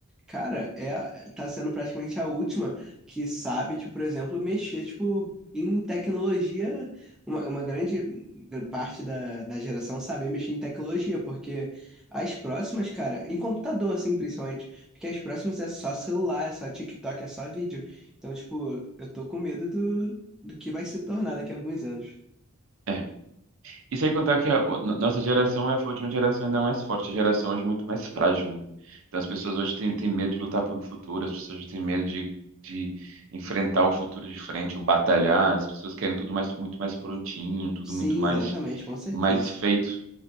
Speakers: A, in the centre; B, on the right.
A: Cara, é, tá sendo praticamente a última que sabe, tipo, por exemplo, mexer, tipo, em tecnologia. Uma, uma grande parte da, da geração saber mexer em tecnologia, porque as próximas, cara, em computador, assim, principalmente, porque as próximas é só celular, é só TikTok, é só vídeo. Então, tipo, eu tô com medo do, do que vai se tornar daqui a alguns anos.
B: É. E sem contar que a o- no- nossa geração é- foi a última geração ainda mais forte, a geração hoje é muito mais frágil, né? Então as pessoas hoje têm, têm medo de lutar por um futuro, as pessoas hoje têm medo de, de enfrentar o futuro de frente, ou batalhar, as pessoas querem tudo mais, muito mais prontinho, tudo
A: Sim,
B: muito mais,
A: exatamente, com certeza.
B: mais feito.